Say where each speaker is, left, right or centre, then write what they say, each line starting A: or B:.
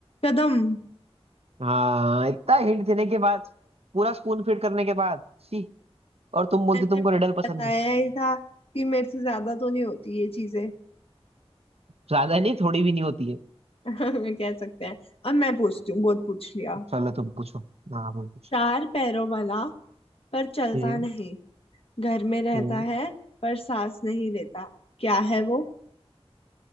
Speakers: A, on the left; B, on the right.
A: कदम
B: हाँ इतना हिंट देने के बाद पूरा स्पून फीड करने के बाद छी और तुम बोलते
A: मैंने
B: तुमको रिडल पसंद
A: बताया
B: है
A: ही था कि मेरे से ज्यादा तो नहीं होती ये चीजें
B: ज्यादा नहीं थोड़ी भी नहीं होती है
A: <laughs> कह सकते हैं अब मैं पूछती हूँ बहुत पूछ लिया
B: चलो तुम पूछो हाँ तुम पूछो
A: चार पैरों वाला पर चलता
B: हम्म
A: नहीं घर में रहता
B: हम्म
A: है पर सांस नहीं लेता क्या है वो